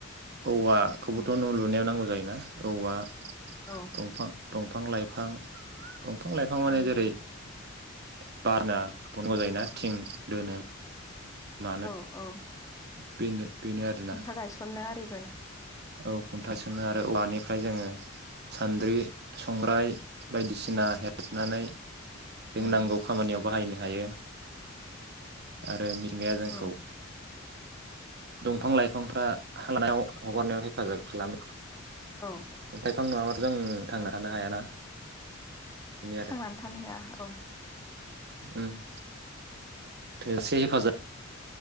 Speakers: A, on the right; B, on the left.
A: औवा खौबोथ'
B: उम
A: न' लुनायाव नांगौ जायोना औवा।
B: औ
A: दंफां दंफां लाइफां दंफां लाइफां माने
B: औ
A: जेरै <unintelligible> जायोना थिं दोनो मानो
B: औ औ
A: बेनो बेनो आरोना
B: खुन्था गायसननो आरि
A: औ खुन्था गायसन नो आरो औवानिफ्राय जोङो सान्द्रि संग्राय बायदिसिना हेबनानै जों
B: उम
A: नांगौ खामानियाव बाहायनो हायो आरो मि मिथिंगाया जोंखौ
B: औ
A: दंफां लाइफांफ्रा हां लानायाव हगारनायाव हेफाजाब खालामो
B: औ औ।
A: दंफां नङाबाथ' जों थांना थानो हायाना बेनो
B: थांनानै थानो हाया औ।
A: ओम थोसे हिफाजाब